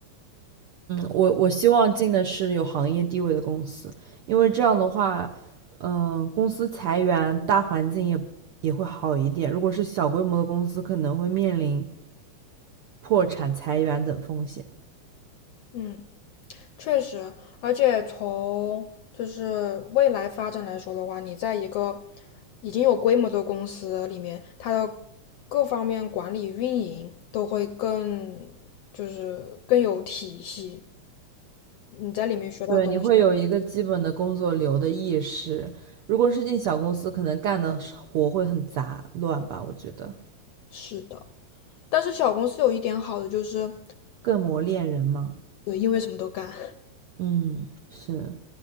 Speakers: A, on the right (about 80°); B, on the left (about 80°).
A: 我我希望进的是有行业地位的公司，因为这样的话，嗯，公司裁员，大环境也也会好一点。如果是小规模的公司，可能会面临破产、裁员等风险。
B: 嗯。确实，而且从就是未来发展来说的话，你在一个已经有规模的公司里面，它的各方面管理运营都会更就是更有体系，你在里面学到东西。
A: 对，你会有一个基本的工作流的意识。如果是进小公司，可能干的活会很杂乱吧，我觉得
B: 是的，但是小公司有一点好的就是，
A: 更磨练人嘛。
B: 对，因为什么都干。
A: 嗯，是